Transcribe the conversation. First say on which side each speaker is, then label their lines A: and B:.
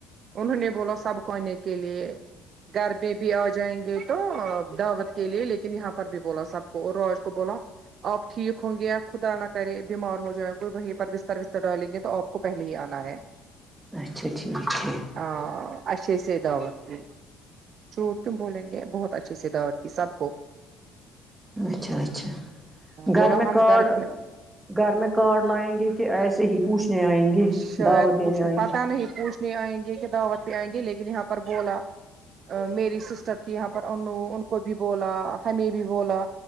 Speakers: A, on the right; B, on the right.
A: انہوں نے بولا سب کو آنے کے لیے گھر میں بھی آ جائیں گے تو دعوت کے لیے لیکن یہاں پر بھی بولا سب کو اور رواج کو بولا آپ ٹھیک ہوں گےیا خدا نہ کرے بیمار ہو جائیں گے وہیں پر بستر وستر ڈالیں گے تو آپ کو پہلے ہی آنا ہے
B: اچھا ٹھیک ہے
A: ہا اچھا سے دعوت دی چوٹ کیو ں بولیں گے یہ بہت اچھے سے دعوت کی سب کو
B: اچھا اچھا گھر
A: بولا
B: میں
A: ہم
B: کاڈ
A: گھر میں
B: گھر میں کارڈ لائیں گے کہ ایسے ہی پوچھنے آئیں گے
A: شاید
B: دعوت
A: پوچھنے
B: دینے آئیں
A: پتا
B: گے؟
A: نہیں پوچھنے آئیں گے کہ دعوت پہ آئیں گے لیکن یہاں پر بولا میری سسٹر تھی یہاں پر انوں ان کو بھی بولا ہمیں بھی بولا